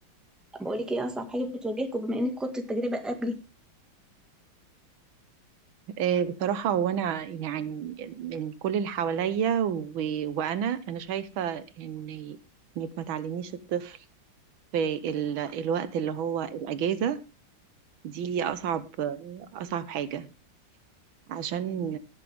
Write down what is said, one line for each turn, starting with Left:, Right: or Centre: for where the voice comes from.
Centre: بقول لك ايه اصعب حاجة بتواجهكم بما انك خدت التجربة قبلي
Right: آه، بصراحة هو أنا يعني من كل اللي حواليا و- وأنا أنا شايفة إن إنك ما تعلميش الطفل في ال- الوقت اللي هو الأجازة دي أصعب أصعب حاجة عشان